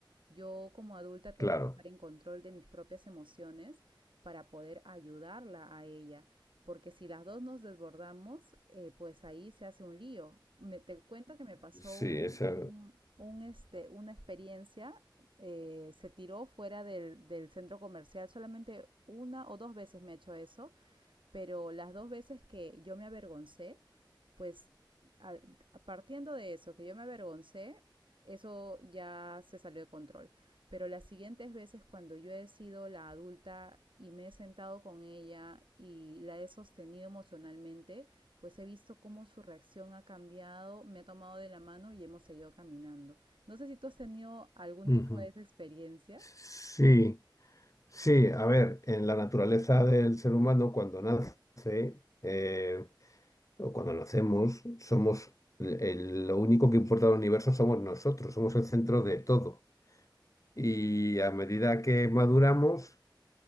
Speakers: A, on the right; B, on the left.
A: Yo como adulta tengo
B: Claro,
A: que estar en control de mis propias emociones para poder ayudarla a ella. Porque si las dos nos desbordamos, eh, pues ahí se hace un lío. Me, te cuento que me pasó
B: sí,
A: un,
B: esa...
A: un- un, este, una experiencia, eh, se tiró fuera del, del centro comercial, solamente una o dos veces me ha hecho eso, pero las dos veces que yo me avergoncé, pues al- partiendo de eso, que yo me avergoncé, eso ya se salió de control. Pero las siguientes veces cuando yo he sido la adulta y me he sentado con ella y la he sostenido emocionalmente, pues he visto cómo su reacción ha cambiado, me ha tomado de la mano y hemos seguido caminando. No sé si tú has tenido algún
B: Ujú.
A: tipo de esa experiencia.
B: Sí, sí, a ver, en la naturaleza del ser humano, cuando nace eh, o cuando nacemos, somos el- el- lo único que importa al universo somos nosotros, somos el centro de todo. Y a medida que maduramos,